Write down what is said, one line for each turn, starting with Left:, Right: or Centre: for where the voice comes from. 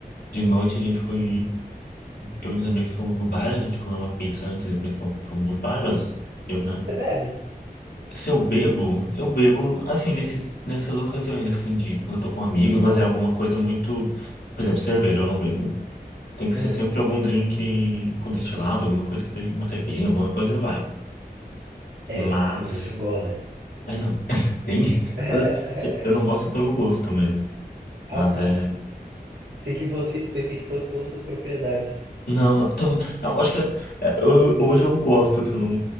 Left: de noite a gente foi. Eu e os amigos fomos no bar, a gente comeu uma pizza antes, depois fomos, fomos num bar, mas eu, né?
Right: Você bebe?
Left: Se eu bebo, eu bebo assim, nesses, nessas ocasiões, assim, de quando eu tô com amigos,
Right: Ah,
Left: mas
Right: tá.
Left: é alguma coisa muito. Por exemplo, cerveja eu não bebo. Tem que
Right: Uhum.
Left: ser sempre algum drink com destilado, alguma coisa que daí, uma caipirinha, alguma coisa vai.
Right: É,
Left: Mas.
Right: cerveja engorda.
Left: É, não. <laughs> Tem.
Right: <laughs>
Left: mas, assim, eu não gosto pelo gosto mesmo.
Right: Ah,
Left: Mas
Right: tá.
Left: é.
Right: Pensei que fosse, pensei que fosse pelas suas propriedades.
Left: Não, não. Tam... Não, acho que é- é, eu- hoje eu gosto que eu não.